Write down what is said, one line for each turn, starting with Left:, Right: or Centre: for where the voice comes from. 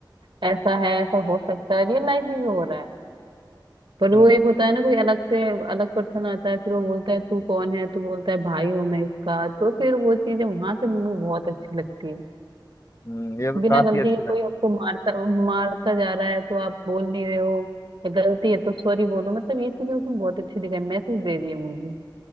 Right: ऐसा है ऐसा हो सकता है रियल लाइफ में भी हो रहा है पर
Left: हम्म
Right: वो एक होता है ना कोई अलग से अलग पर्सन आता है फिर वो बोलता है तू कौन है तू बोलता है भाई हूँ मैं इसका तो फिर वो चीजें वहां से मूवी बहुत अच्छी लगती है
Left: हम्म, ये तो
Right: बिना
Left: काफी
Right: गलती
Left: अच्छी
Right: के
Left: लगी
Right: कोई आपको मारता मारता जा रहा है तो आप बोल नहीं रहे हो या गलती है तो सॉरी बोलो मतलब ये चीजें उसमें बहुत अच्छी दिखाई मैसेज दे रही है मूवी